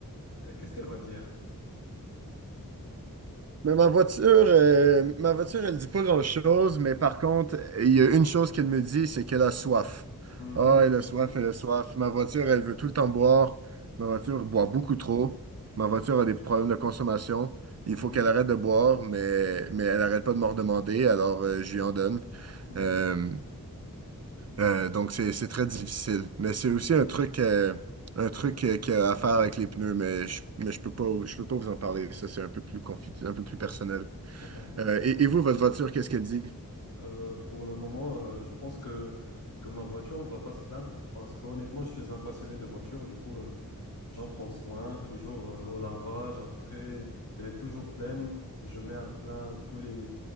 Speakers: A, on the left; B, on the right.
A: Euh, qu'est-ce qu'elle va dire?
B: Mais ma voiture, euh, ma voiture, elle dit pas grand-chose, mais par contre, il y a une chose qu'elle me dit, c'est qu'elle a soif.
A: Mhm,
B: Ah, elle a soif, elle a soif.
A: <laughs>
B: Ma voiture, elle veut tout le temps boire. Ma voiture boit beaucoup trop. Ma voiture a des problèmes de consommation.
A: mhm,
B: Il faut qu'elle arrête de boire, mais, mais elle arrête pas de m'en demander, alors euh, je lui en donne.
A: mhm,
B: Euh, euh, donc, c'est, c'est très difficile. Mais c'est aussi
A: mhm,
B: un truc, euh, un truc
A: mhm. mhm.
B: euh, qu'il y a à faire avec les pneus, mais je, mais je peux pas, je peux pas vous en parler. Ça, c'est un peu plus confi- un peu plus personnel.
A: <laughs>
B: Euh,
A: D'accord.
B: et, et vous, votre voiture, qu'est-ce qu'elle dit?
A: Euh, pour le moment, euh, je pense que, que ma voiture ne va pas se plaindre parce qu'honnêtement, je suis un passionné de voiture. Du coup, euh, J'en prends soin, toujours euh, au lavage. Après, elle est toujours pleine. Je mets un plein tous les,